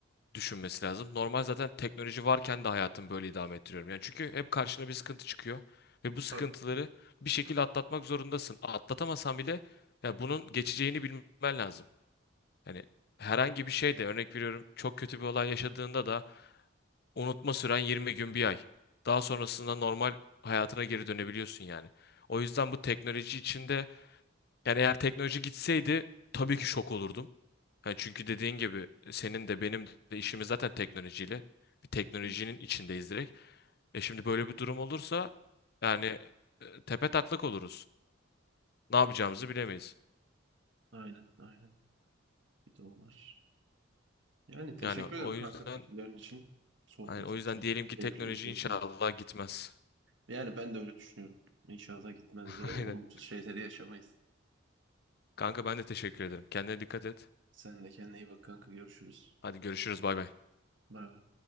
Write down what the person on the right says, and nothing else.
Tabii.
Yani,
aynen aynen bir de o var. Yani teşekkür
ederim kanka
fikirlerin için, sohbet
için.
Keyifli
bir sohbetti.
Yani ben de öyle düşünüyorum. İnşallah gitmez
de olumsuz
şeyleri yaşamayız.
Sen de kendine iyi bak kanka görüşürüz.
Bay bay.